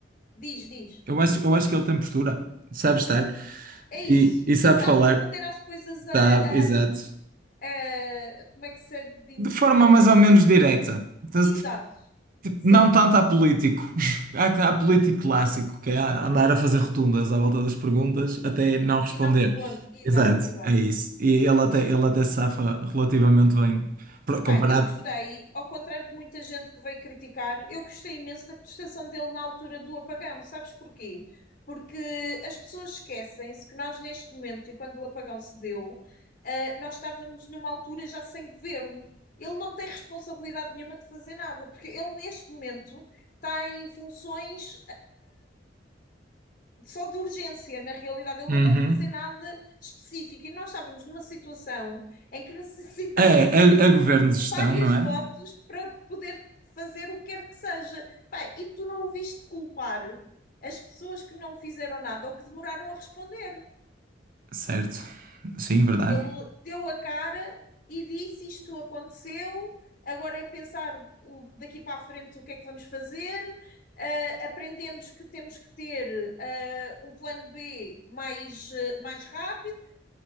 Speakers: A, on the left; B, on the right.
A: diz, diz.
B: Eu acho, eu acho que ele tem postura. Sabe estar.
A: É isso.
B: E, e sabe
A: E sabe
B: falar.
A: responder às coisas a,
B: Sabe, exato.
A: a- a- como é que se diz,
B: De forma
A: como é que
B: mais
A: eu ia
B: ou
A: dizer?
B: menos direta. Então,
A: Exato, sim.
B: Não tanto há político. <laughs> Há, há político clássico, que é andar a fazer rotundas à volta das perguntas até não responder.
A: E não responde. Exato,
B: Exato,
A: exato.
B: é isso. E ele até, ele até se safa relativamente bem, pro- comparado.
A: Pá, eu gostei, ao contrário de muita gente que veio criticar, eu gostei imenso da prestação dele na altura do apagão. Sabes porquê? Porque as pessoas esquecem-se que nós, neste momento, e quando o apagão se deu, ah, nós estávamos numa altura já sem governo. Ele não tem responsabilidade nenhuma de fazer nada, porque ele, neste momento, está em funções, só de urgência, na realidade, ele
B: Uhum.
A: não pode fazer nada específico. E nós estávamos numa situação em que necessitávamos
B: É, a, a governo de
A: de
B: gestão,
A: vários
B: não é?
A: votos para poder fazer o que quer que seja. Pá, e tu não ouviste culpar as pessoas que não fizeram nada ou que demoraram a responder.
B: Certo. Sim, verdade.
A: Ele deu a cara e disse: Isto aconteceu, agora é pensar o- daqui para a frente o que é que vamos fazer. Ah, aprendemos que temos que ter ah, um plano B mais, ah, mais rápido.